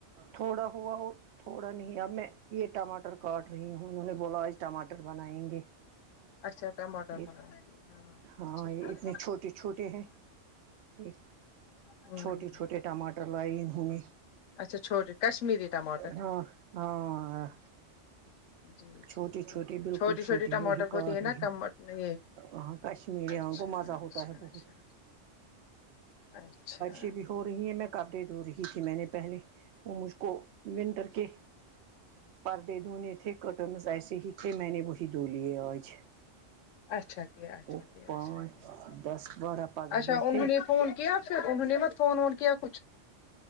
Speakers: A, on the right; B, on the left.
A: تھوڑا ہوا اور تھوڑا نہیں اب میں یے ٹماٹر کاٹ رہی ہوں انہوں نے بولا آج ٹماٹر بنائیں گے
B: اچھا ٹماٹر
A: یہ
B: بنائیں گے
A: ہاں
B: اچھی
A: یہ
B: بات
A: اتنے
B: ہے
A: چھوٹے چھوٹے ہیں یہ
B: ہمم
A: چھوٹے چھوٹے ٹماٹر لائے انہوں نے
B: اچھا چھوٹے کشمیری ٹماٹر
A: ہاں ہاں
B: جی
A: چھوٹی
B: جی جی
A: چھوٹی
B: جی
A: بالکل چھوٹی
B: ٹماٹر
A: وہی
B: ہوتی
A: کاٹ
B: ہے
A: رہی
B: نا کم یہ
A: ہاں کشمیریاں
B: اچھا
A: کو مزہ
B: اچھا
A: ہوتا ہے بہت
B: اچھا اچھا
A: یے بھی ہو رہی ہیں میں کاپڑے دھو رہی تھی میں نے پہلے وہ مجھ کو ونٹر کے پردے دھونے تھے کٹنز ایسے ہی تھے میں نے وہی دھولیے آج
B: اچھا کیا اچھا
A: وہ
B: کیا
A: پانچ
B: اچھا کیا
A: دس بارہ پڑھری
B: اچھا انہوں
A: تھی
B: نے فون کیا پھر انہوں نے مت فون وون کیا کچھ